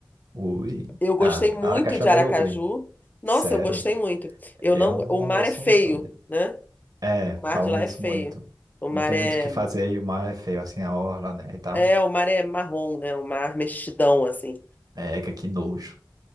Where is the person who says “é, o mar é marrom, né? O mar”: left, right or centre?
Left